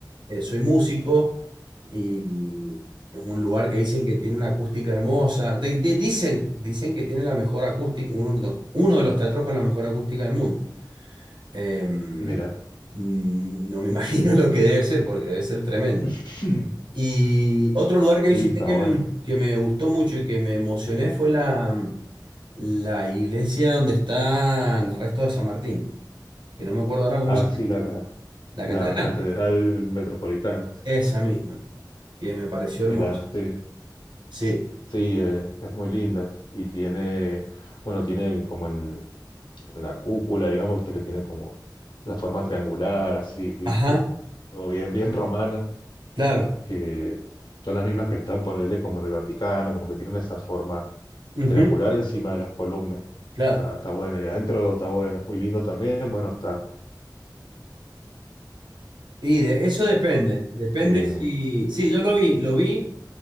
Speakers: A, on the right; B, on the left.
A: eh, soy músico y es un lugar que dicen que tiene una acústica hermosa. De- de- dicen, dicen que tiene la mejor acústica, uno de los, uno de los teatros con la mejor acústica del mundo. Em,
B: Mira,
A: mm, no me <laughs> imagino lo que debe ser porque debe ser tremendo.
B: <laughs>
A: Y otro lugar que
B: sí,
A: visité
B: está
A: que
B: bueno.
A: me, que me gustó mucho y que me emocioné fue la, mm, la iglesia donde están los restos de San Martín, que no me acuerdo ahora cómo
B: Ah,
A: se
B: sí,
A: llama.
B: la, ca-
A: La
B: la
A: catedral,
B: Catedral Metropolitana, sí.
A: esa misma, que me pareció hermosa.
B: Mira, sí,
A: Sí.
B: sí, eh, es muy linda y tiene, bueno, tiene como el, la cúpula, digamos, viste que tiene como la forma triangular, así, viste,
A: Ajá,
B: todo bien, bien romana,
A: claro.
B: que son las mismas que están, ponerle como en el Vaticano, como que tienen esa forma
A: Ujú,
B: triangular encima de las columnas.
A: claro.
B: Está, está bueno, y adentro está bueno, es muy lindo también, bueno, está.
A: Y de, eso depende, depende
B: eh,
A: si... Sí, yo lo vi, lo vi,